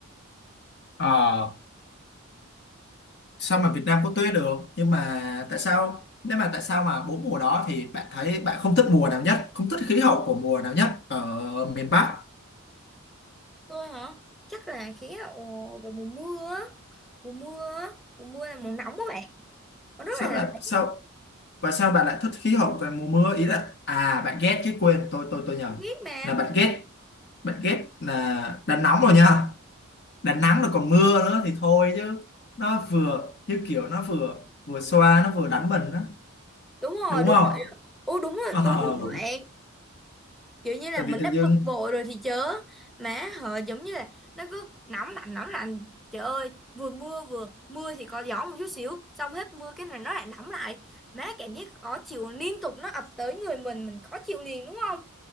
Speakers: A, on the left (about 55°); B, in the centre.
A: Ờ, sao mà Việt Nam có tuyết được nhưng mà tại sao nếu mà tại sao mà bốn mùa đó thì bạn thấy bạn không thích mùa nào nhất không thích khí hậu của mùa nào nhất ở miền Bắc
B: tôi hả chắc là khí hậu về mùa mưa á mùa mưa á mùa mưa là mùa nóng các bạn nó rất
A: sao
B: là
A: là
B: lạnh
A: sao và sao bạn lại thích khí hậu toàn mùa mưa ý là à bạn ghét chứ quên tôi tôi tôi nhầm
B: tôi biết mà
A: là bạn ghét bạn ghét là đã nóng rồi nha đã nắng rồi còn mưa nữa thì thôi chứ nó vừa như kiểu nó vừa vừa xoa nó vừa đánh mình đó
B: đúng
A: đúng
B: rồi đúng
A: không
B: rồi ừ đúng rồi
A: ờ.
B: đúng rồi các bạn kiểu như là
A: tại
B: mình
A: vì tự
B: đã
A: dưng
B: bực bội rồi thì chớ mà họ giống như là nó cứ nóng lạnh nóng lạnh trời ơi vừa mưa vừa mưa thì có gió một chút xíu xong hết mưa cái này nó lại nóng lại má cảm giác khó chịu liên tục nó ập tới người mình mình khó chịu liền đúng không